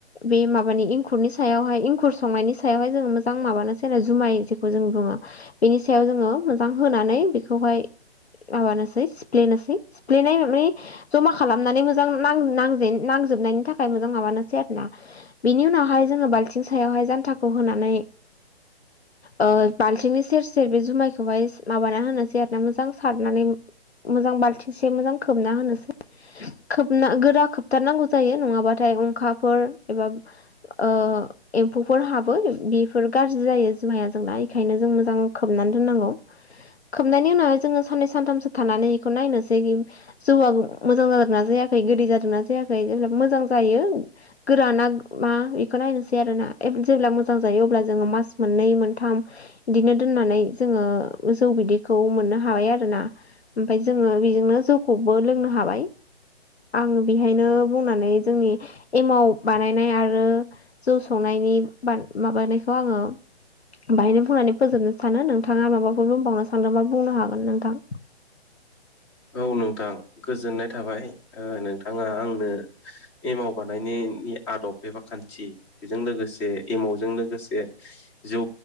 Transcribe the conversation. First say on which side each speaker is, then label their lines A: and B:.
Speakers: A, on the left; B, on the left.
A: बे माबानि इंखुरनि सायावहाय इंखुर संनायनि सायावहाय जोङो मोजां माबानोसै जुमाय जायखौ जों बुङो बेनि सायाव जोङो मोजां होनानै बेखौहाय माबानोसै सिफ्लेनासै सिफ्लेनाय माने जमा खालामनानै मोजां नां-नांजे- नांजोबनायनि थाखाय मोजां माबानोसै आरोना बिनि उनावहाय जोङो बाल्थिं सायावहाय जान्थाखौ होनानै ओ बालथिंनि सेर सेर बे जुमायखौहाय माबाना होनोसै आरोना मोजां सारनानै मोजां बालथिंसे मोजां खोबना होनोसै खोबना गोरा खोबथारनांगौ जायो नङाबाथाय अंखाफोर एबा ओ एम्फौफोर हाबो बेफोर गाज्रि जायो जुमाया जोंना इखायनो जों मोजां खोबनानै दोननांगौ खोबनायनि उनावहाय जोङो साननै सानथामसो थानानै इखौ नायनोसै जौआ मोजां जादोंना जायाखै गोदै जादोंना जायाखै जेब्ला मोजां जायो गोराना मा बेखौ नायनोसै आरोना जेब्ला मोजां जायो अब्ला जोङो मास मोननै मोनथाम बिदिनो दोननानै जोङो जौ बिदैखौ मोननो हाबाय आरोना ओमफाय जोङो बेजोंनो जौखौबो लोंनो हाबाय आङो बेहायनो बुंनानै जोंनि एमाव बानायनाय आरो जौ संनायनि माबानायखौ आङो बाहायनो बुंनानै फोजोबनो सानो नोंथाङा माबाफोर बुंबावनो सानदोंबा बुंनो हागोन नोंथां
B: औ नोंथां गोजोननाय थाबाय नोंथाङा आंनो एमाव बानायनायनि आदब एबा खान्थि बेजों लोगोसे एमावजों लोगोसे जौ